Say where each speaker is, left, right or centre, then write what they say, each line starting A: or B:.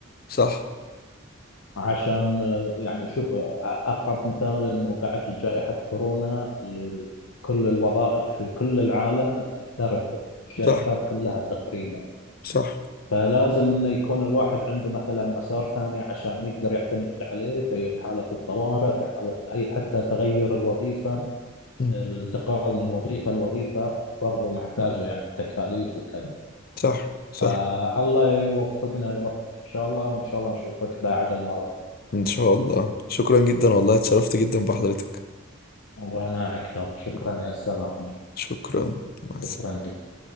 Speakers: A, on the left; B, on the left.
A: صح
B: عشان آه، يعني شوف آه، أقرب مثال أنه بعد جائحة كورونا ال- كل الوظائف في كل العالم تأثرت الشركات
A: صح
B: كلها تقريبا
A: صح
B: فلازم أنه يكون الواحد عنده مثلا مسار ثاني عشان يقدر يعتمد عليه في حالة الطوارئ في حالة أي حتى تغير الوظيفة
A: مم.
B: الانتقال من وظيفة لوظيفة برضو محتاجة يعني تكاليف وكذا
A: صح صح
B: فالله يوفقنا ويوفقك إن شاء الله وإن شاء الله نشوفك بقى على المرافق
A: ان شاء الله شكرا جدا والله اتشرفت جدا بحضرتك
B: وأنا أكثر شكرا يا أستاذ أحمد
A: شكرا مع السلامه
B: شكرا جزيلا